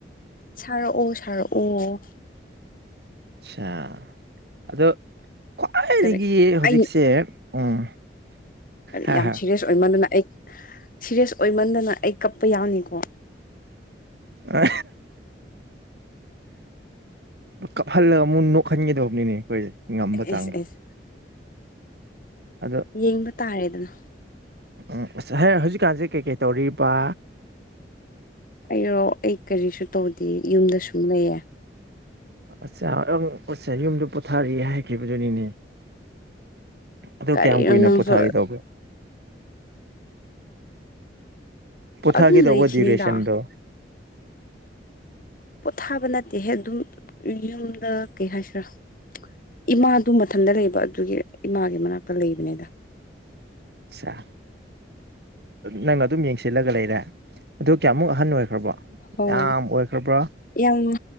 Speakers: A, on the left (about 50°); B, on the right (about 65°).
A: ꯁꯔꯛꯑꯣ ꯁꯔꯛꯑꯣ
B: ꯑꯆꯥ ꯑꯗꯣ ꯈ꯭ꯋꯥꯏꯗꯒꯤ
A: ꯀꯔꯤ
B: ꯍꯧꯖꯤꯛꯁꯦ
A: ꯑꯩ
B: ꯎꯝ
A: ꯍꯥꯏ
B: ꯍꯥ
A: ꯌꯥꯝ
B: ꯍꯥ
A: ꯁꯤꯦꯔꯤꯁ ꯑꯣꯏꯃꯟꯗꯅ ꯑꯩ ꯁꯤꯦꯔꯤꯌꯁ ꯑꯣꯏꯃꯟꯗꯅ ꯑꯩ ꯀꯞꯄ ꯌꯥꯎꯅꯤꯀꯣ
B: ꯑ ꯀꯞꯍꯜꯂꯒ ꯑꯃꯨꯛ ꯅꯣꯛꯍꯟꯒꯗꯧꯕꯅꯤꯅꯦ ꯑꯩꯈꯣꯏꯁꯦ ꯉꯝꯕ
A: ꯑꯦꯁ
B: ꯆꯥꯡꯗꯣ
A: ꯑꯦꯁ
B: ꯑꯗꯣ
A: ꯌꯦꯡꯕ ꯇꯥꯔꯦꯗꯅ
B: ꯎ ꯑꯁ ꯍꯥꯏ ꯍꯧꯖꯤꯛꯀꯥꯟꯁꯦ ꯀꯩꯀꯩ ꯇꯧꯔꯤꯕ
A: ꯑꯩꯔꯣ ꯑꯩ ꯀꯔꯤꯁꯨ ꯇꯧꯗꯦ ꯌꯨꯝꯗ ꯁꯨꯝ ꯂꯩꯌꯦ
B: ꯑꯁꯁ ꯌꯨꯝꯗ ꯄꯣꯊꯥꯔꯤ ꯍꯥꯏꯈꯤꯕꯗꯨꯅꯤꯅꯦ ꯑꯗꯨꯣ
A: ꯀꯔꯤꯅꯣ
B: ꯀꯌꯥꯝ ꯀꯨꯏꯅ
A: ꯅꯪꯁꯨ
B: ꯄꯨꯊꯥꯒꯦ ꯇꯧꯒꯦ ꯄꯣꯊꯥꯒꯦ
A: ꯑꯗꯨꯝ
B: ꯇꯧꯕ
A: ꯂꯩꯈꯤꯅꯤꯗ
B: ꯗ꯭ꯌꯨꯔꯦꯁꯟꯗꯣ
A: ꯄꯣꯊꯥꯕ ꯅꯠꯇꯦꯍꯦ ꯑꯗꯨꯝ ꯌꯨꯝꯗ ꯀꯩ ꯍꯥꯏꯁꯤꯔꯥ ꯏꯃꯥꯗꯨ ꯃꯊꯟꯇ ꯂꯩꯕ ꯑꯗꯨꯒꯤ ꯏꯃꯥꯒꯤ ꯃꯅꯥꯛꯇ ꯂꯩꯕꯅꯤꯗ
B: ꯑꯆꯥ ꯅꯪꯅ ꯑꯗꯨꯝ ꯌꯦꯡꯁꯤꯜꯂꯒ ꯂꯩꯔꯦ ꯑꯗꯣ ꯀꯌꯥꯃꯨꯛ ꯑꯍꯟ ꯑꯣꯏꯈ꯭ꯔꯕꯣ
A: ꯑꯣ
B: ꯌꯥꯝ ꯑꯣꯏꯈ꯭ꯔꯕ꯭ꯔꯣ
A: ꯌꯥꯝ